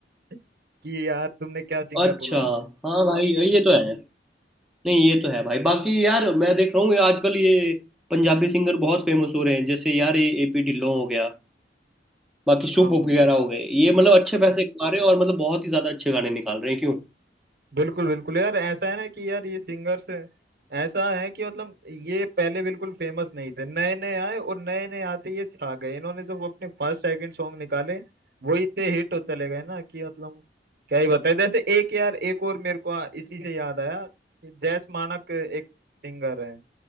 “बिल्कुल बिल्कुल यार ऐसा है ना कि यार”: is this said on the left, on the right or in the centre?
Right